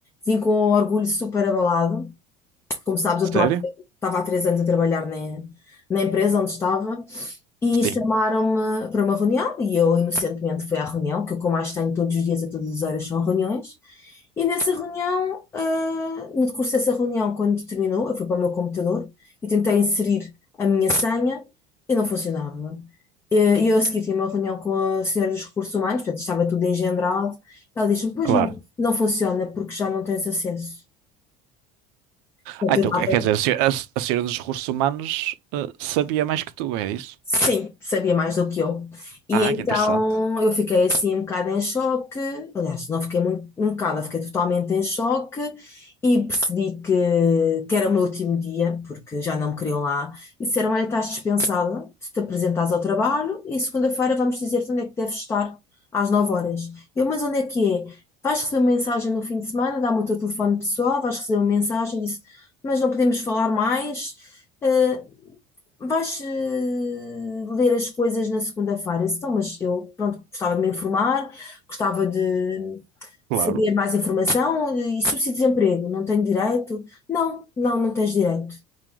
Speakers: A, on the left (about 15°); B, on the right (about 70°).
A: vim com o orgulho super abalado Como sabes,
B: Sério?
A: eu estou há- estava há três anos a trabalhar na, na empresa onde estava e
B: Sim,
A: chamaram-me para uma reunião e eu inocentemente fui à reunião, que o que eu mais tenho todos os dias, a todas as horas, são reuniões. E nessa reunião, ah, no decurso dessa reunião, quando terminou, eu fui para o meu computador e tentei inserir a minha senha e não funcionava. E eu a seguir tive uma reunião com a senhora dos recursos humanos, portanto estava tudo engendrado. Ela disse-me, pois
B: claro.
A: não, não funciona porque já não tens acesso. Portanto,
B: Ah, então,
A: eu estava
B: quer dizer, a se- a- a senhora dos recursos humanos eh, sabia mais que tu, é isso?
A: Sim, sabia mais do que eu. E
B: Ah,
A: então
B: que interessante.
A: eu fiquei assim um bocado em choque. Aliás, não fiquei muito, um bocado, eu fiquei totalmente em choque e percebi que, que era o meu último dia, porque já não me queriam lá. E disseram: Olha, estás dispensada, tu te apresentares ao trabalho e segunda-feira vamos dizer-te onde é que deves estar às 9 horas. Eu, mas onde é que é? Vais receber uma mensagem no fim de semana, dá-me o teu telefone pessoal, vais receber uma mensagem, disse, mas não podemos falar mais. eh, Vais eh, ler as coisas na segunda-feira. Eu disse, Então, mas eu, pronto, gostava de me informar, gostava de, de
B: Claro.
A: saber mais informação eh, e subsídio de desemprego, não tenho direito? Não, não, não tens direito.